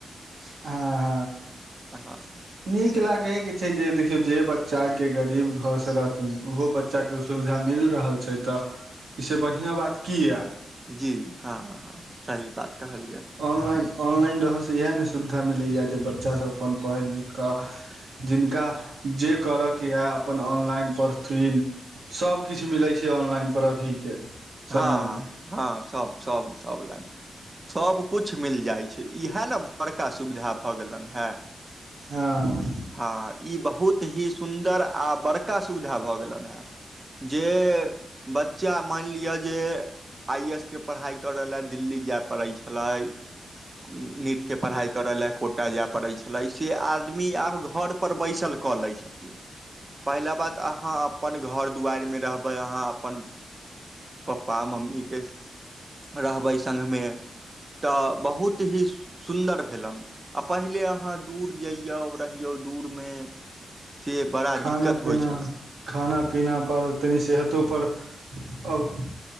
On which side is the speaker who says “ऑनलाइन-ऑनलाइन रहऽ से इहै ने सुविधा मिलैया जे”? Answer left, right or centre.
Right